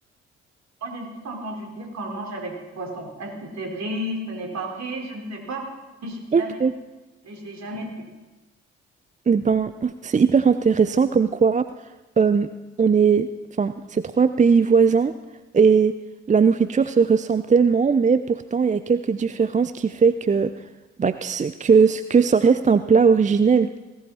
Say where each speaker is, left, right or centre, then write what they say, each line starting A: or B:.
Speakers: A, on the right; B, on the right.
A: Moi, j'ai juste entendu dire qu'on le mange avec du poisson. Est-ce que c'est vrai? Ce n'est pas vrai? Je ne sais pas. Et j'ai jamais,
B: Ok.
A: et je l'ai jamais.
B: Eh ben, c'est hyper intéressant comme quoi euh, on est, enfin, ces trois pays voisins et la nourriture se ressemble tellement, mais pourtant il y a quelques différences qui fait que bah, que, c'est- que que ça reste un plat originel.